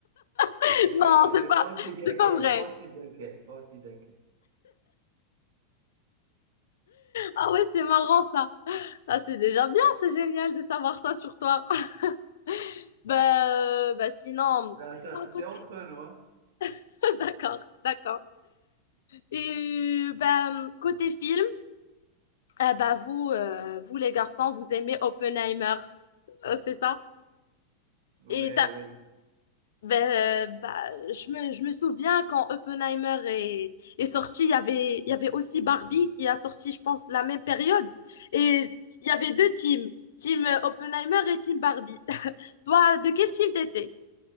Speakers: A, on the left (about 60°); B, on the right (about 55°).
A: <laughs>
B: Oui,
A: Non,
B: Mais,
A: c'est
B: mais
A: pas,
B: pas aussi bien
A: c'est pas
B: qu'elle,
A: vrai.
B: pas aussi bien qu'elle, pas aussi bien qu'elle.
A: Ah ouais, c'est marrant ça. Ah, c'est déjà bien, c'est génial de savoir ça sur toi. <laughs> Bah, euh, bah sinon,
B: Ben ça,
A: sinon
B: c'est
A: côté.
B: entre nous, hein.
A: <laughs> D'accord, d'accord. Et bah, euh, côté film. Ah bah vous, euh, vous les garçons, vous aimez Oppenheimer, Euh, c'est ça?
B: Ouais,
A: Et t'as-
B: ouais.
A: ben, euh, bah, je me, je me souviens quand Oppenheimer est, est sorti, il y avait, il y avait aussi Barbie qui a sorti, je pense, la même période. Et il y avait deux teams, team Oppenheimer et team Barbie. <laughs> Toi, de quel team t'étais?